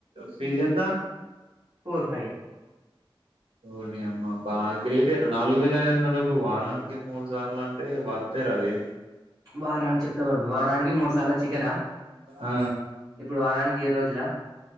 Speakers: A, on the right; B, on the right.
A: ఫీజ్ ఎంత
B: ఫోర్ ఫై
A: వొర్ ని అమ్మ బాగా గ్రేటర్ నాలుగు వేల ఐదు వందలకు వారానికి మూడు సార్లు అంటే వర్ తేరాది
B: వారానికి చెప్తావాడు వారానికి మూడు సార్లు చికెనా
A: ఆ
B: ఇప్పుడు వారానికి ఏడు రోజులా